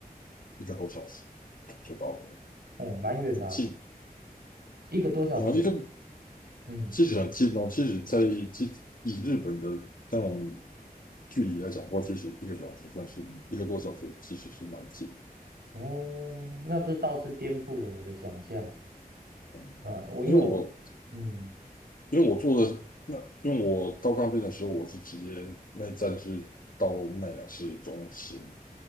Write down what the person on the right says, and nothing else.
哦，蛮远的啊
一个多小时。
嗯，
哦，那这倒是颠覆了我的想象
啊，我因为我
嗯